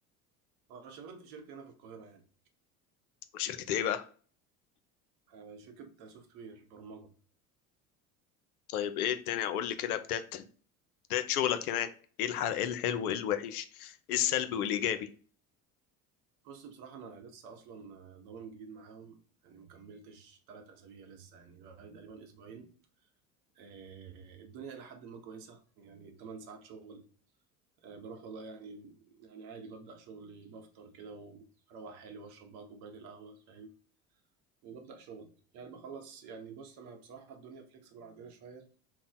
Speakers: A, on the right; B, on the left.
A: انا شغال في شركة هنا في القاهرة يعني
B: شركة ايه بقى؟
A: آه، شركة سوفت وير برمجة
B: طيب ايه الدنيا قول لي كده بداية بداية شغلك هناك ايه الحل... ايه الحلو وايه الوحش ايه السلبي والايجابي
A: بص بصراحة أنا لسه أصلا ضامن جديد معاهم يعني مكملتش تلات أسابيع لسه يعني بقالي تقريبا أسبوعين آه، الدنيا إلى حد ما كويسة يعني تمن ساعات شغل آه، بروح والله يعني يعني عادي ببدأ شغلي بفطر كده وأروح حالي وأشرب بقى كوباية القهوة فاهم وببدأ شغل يعني بخلص يعني بص أنا بصراحة الدنيا فليكسبل عندنا شوية